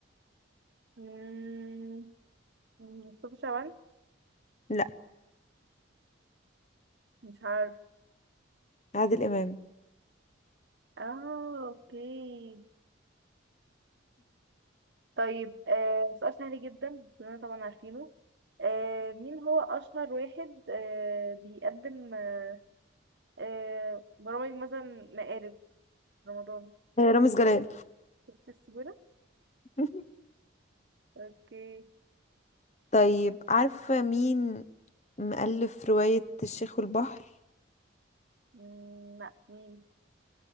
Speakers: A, on the right; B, on the left.
A: مم، مصطفى شعبان
B: لا
A: مش عارف
B: عادل إمام
A: اه اوكي طيب آه سؤال سهل جدا كلنا طبعا عارفينه آه مين هو أشهر واحد آه بيقدم آه آه برامج مثلا مقالب رمضان
B: آه، رامز جلال
A: شفت السهولة؟
B: <laughs>
A: اوكي
B: طيب عارفة مين مؤلف رواية الشيخ والبحر
A: مم، لا مين